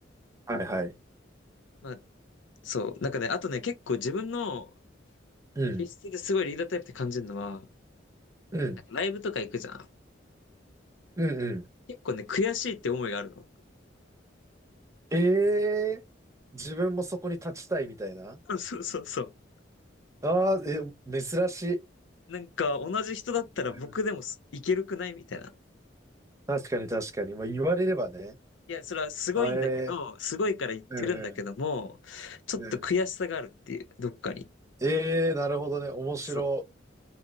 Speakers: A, on the right; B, on the left.
A: はいはい。
B: まあそう、なんかね、あとね、結構自分の
A: うん、
B: 気質ですごいリーダータイプって感じるのは、
A: うん、
B: なんかライブとか行くじゃん。
A: うん、うん。
B: 結構ね、悔しいって思いがあるの。
A: ええー自分もそこに立ちたいみたいな。
B: <laughs> そうそうそう。
A: ああ、え、珍しい。
B: なんか同じ人だったら僕でもすいけるくないみたいな。
A: うん。確かに確かに。まあ言われればね。
B: いや、それはすごいんだけど、
A: あええ
B: すごいから言ってるんだけども、
A: うんう
B: ちょっと悔しさがあるっていう、
A: ん、うん。
B: どっかに。
A: ええーなるほどね。面白。
B: そう。